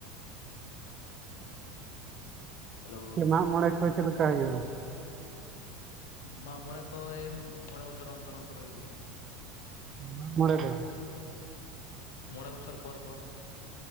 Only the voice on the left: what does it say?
ᱦᱮᱞᱳ
ᱢᱟᱜ ᱢᱚᱬᱮ ᱠᱚ ᱳᱭ ᱢᱚᱬᱮ ᱵᱚᱪᱷᱚᱨ ᱚᱱᱛᱚᱨ ᱚᱱᱛᱚᱨ ᱦᱩᱭᱩᱜ ᱜᱮᱭᱟ
ᱢᱚᱬᱮ ᱵᱚᱪᱷᱚᱨ ᱯᱚᱨ ᱯᱚᱨ